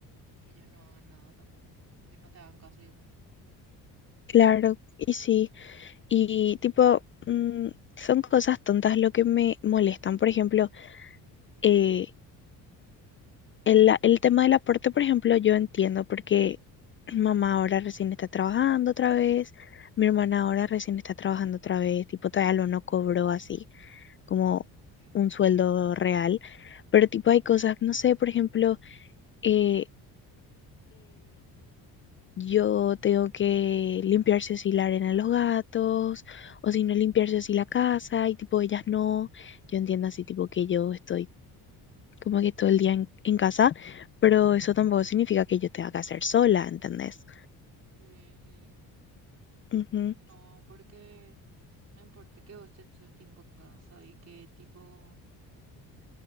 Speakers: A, on the right; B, on the left.
A: ellos no hagan nada tampoco, tipo que no te hagan caso y eso.
B: Claro, y sí. Y tipo, mm, son cosas tontas lo que me molestan. Por ejemplo, eh, el, la- el tema del aporte, por ejemplo, yo entiendo porque <clears throat> mamá ahora recién está trabajando otra vez, mi hermana ahora recién está trabajando otra vez, tipo, todavía lo no cobró así como
A: Eh,
B: un sueldo real. Pero tipo, hay cosas, no sé, por ejemplo, eh, Yo tengo que limpiarse así la arena de los gatos, o si no limpiarse así la casa, y tipo ellas no. Yo entiendo así tipo que yo estoy como que todo el día en, en casa, pero eso tampoco significa que yo tenga que hacer sola, ¿entendés?
A: Sí, sí,
B: Ujú,
A: sí, no, porque no importa que vos estés todo el tiempo en casa y que tipo